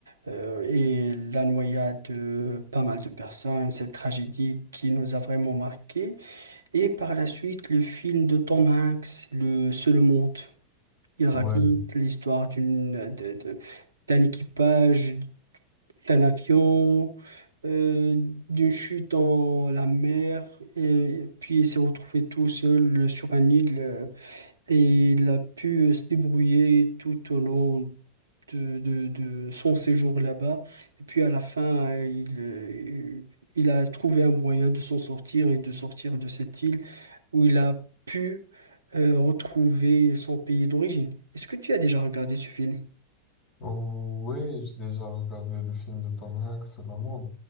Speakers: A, on the right (about 75°); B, on the left (about 35°).
A: euh, et la noyade de pas mal de personnes, cette tragédie qui nous a vraiment marqué. Et par la suite, le film de Tom Hanks, Le Seul Monde. Il raconte
B: Ouais.
A: l'histoire d'une, de- de- d'un équipage, d'un avion, euh, d'une chute dans la mer, et puis il s'est retrouvé tout seul sur un île, euh, et il a pu se débrouiller tout au long de, de, de son séjour là-bas. Et puis à la fin, euh, il, euh, il a trouvé un moyen de s'en sortir et de sortir de cette île où il a pu euh, retrouver son pays d'origine. Est-ce que tu as déjà regardé ce film?
B: Oui, j'ai déjà regardé le film de Tom Hanks, sur La Monde,